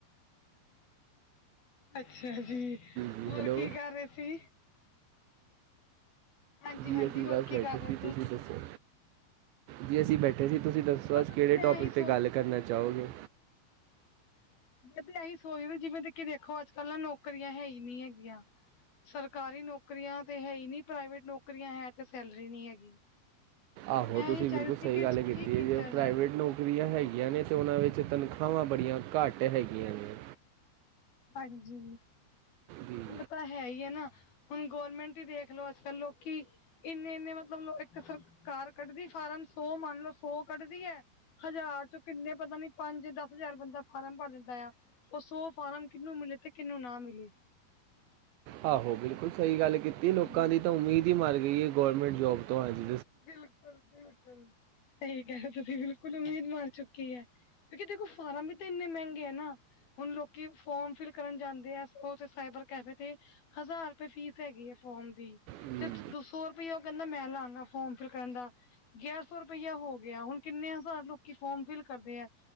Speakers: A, on the left (about 55°); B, on the right (about 80°).
A: ਅੱਛਾ ਜੀ,
B: ਜੀ
A: ਹੋਰ
B: ਹੈਲੋ
A: ਕੀ ਕਰ ਰਹੇ ਸੀ? ਹਾਂਜੀ
B: ਜੀ
A: ਹਾਂਜੀ,
B: ਅਸੀਂ
A: ਹੋਰ
B: ਬਸ
A: ਕੀ
B: ਬੈਠੇ
A: ਕਰ ਰਹੇ
B: ਸੀ, ਤੁਸੀਂ ਦੱਸੋ ਜੀ ਅਸੀਂ ਬੈਠੇ। ਦੀਦੀ, ਤੁਸੀਂ ਦੱਸੋ
A: ਬਸ
B: ਅੱਜ
A: ਅਸੀਂ
B: ਕਿਹੜੇ
A: ਮੈਂ
B: ਟੋਪਿਕ,
A: ਇਹੀ
B: 'ਤੇ
A: ਸੋਚ
B: ਗੱਲ ਕਰਨਾ ਚਾਹੋਗੇ।
A: ਮੈਂ ਵੀ ਇਹੀ ਸੋਚਦੀ ਜਿਵੇਂ ਕਿ ਦੇਖੋ, ਅੱਜ ਕੱਲ੍ਹ ਨਾ ਨੌਕਰੀਆਂ ਹੈ ਹੀ ਨਹੀਂ ਹੈਗੀਆਂ। ਸਰਕਾਰੀ ਨੌਕਰੀਆਂ ਤੇ ਹੈ ਹੀ ਨਹੀਂ, ਪ੍ਰਾਈਵੇਟ ਨੌਕਰੀਆਂ ਹੈ ਤੇ ਸੈਲਰੀ ਨਹੀਂ ਹੈਗੀ।
B: ਆਹੋ,
A: ਮੈਂ
B: ਤੁਸੀਂ
A: ਇਹੀ ਚਾਹ
B: ਬਿਲਕੁਲ
A: ਰਹੀ ਸੀ
B: ਸਹੀ
A: ਕਿ
B: ਗੱਲ ਕੀਤੀ
A: ਕੀ
B: ਹੈ,
A: ਕੀਤਾ
B: ਜੇ
A: ਜਾਏ?
B: ਪ੍ਰਾਈਵੇਟ ਨੌਕਰੀ। ਰੀਆਂ ਹੈਗੀਆਂ ਨੇ ਤੇ, ਉਹਨਾਂ ਵਿੱਚ ਤਨਖਾਹਾਂ ਬੜੀਆਂ ਘੱਟ ਹੈਗੀਆਂ ਨੇ।
A: ਹਾਂਜੀ।
B: ਜੀ
A: ਹੁਣ ਤਾਂ ਹੈ ਹੀ ਹੈ, ਨਾ ਹੁਣ ਗੌਰਰਮੈਂਟ ਹੀ ਦੇਖਲੋ ਅੱਜ ਕੱਲ ਲੋਕੀ। ਇੰਨੇ ਇੰਨੇ ਮਤਲਬ ਇੱਕ ਸਰਕਾਰ ਕੱਢਦੀ ਫਾਰਮ ਸੌ ਮੰਨ ਲਓ ਸੌ ਕੱਢਦੀ ਹੈ। ਹਜ਼ਾਰ ਚੋਂ ਕਿੰਨੇ ਪਤਾ ਨੀ ਪੰਜ ਦਸ ਹਜ਼ਾਰ ਬੰਦਾ ਫਾਰਮ ਭਰ ਦੈਂਦਾ ਆ। ਉਹ ਸੌ ਫਾਰਮ ਕਿਹਨੂੰ ਮਿਲੇਤੇ ਕਿਹਨੂੰ ਨਾ ਮਿਲੇ।
B: ਆਹੋ ਬਿਲਕੁਲ ਸਹੀ
A: ਹਾਂ
B: ਗੱਲ ਕੀਤੀ ਲੋਕਾਂ ਦੀ ਤਾਂ ਉਮੀਦ ਹੀ ਮਰ ਗਈ ਹੈ, ਗੌਰਰਮੈਂਟ ਜੋਬ ਤੋਂ ਹਾਂਜੀ।
A: ਬਿਲਕੁਲ ਬਿਲਕੁਲ ਸਹੀ ਗ, ਤੁਸੀਂ ਬਿਲਕੁਲ ਉਮੀਦ ਮਾਰ ਚੁੱਕੀ ਹੈ। ਕਿਉਂਕਿ ਦੇਖੋ ਫਾਰਮ ਵੀ ਤਾਂ ਇੰਨੇ ਮਹਿੰਗੇ ਹੈ ਨਾ। ਹੁਣ ਲੋਕੀ ਫੋਰਮ ਫਿਲ ਕਰਨ ਜਾਂਦੇ ਆ ਸਾਈਬਰ ਕੈਫੇ ਤੇ। ਹਜ਼ਾਰ ਰੁਪਏ ਫੀਸ ਹੈਗੀ ਹੈ ਫੋਮ ਦੀ
B: ਜੀ
A: ਤੇ ਦੋ ਸੋ ਰੁਪਇਆ ਉਹ ਕਹਿੰਦਾ ਮੈਂ ਲਾਗਾ। ਫੋਰਮ ਫਿਲ ਕਰਨ ਦਾ ਗਿਆਰ ਸੌ ਰੁਪਇਆ ਹੋ ਗਿਆ ਹੁਣ ਕਿੰਨੇ ਹਜ਼ਾਰ ਲੋਕੀ ਫੋਰਮ ਫਿਲ ਕਰਦੇ ਆ।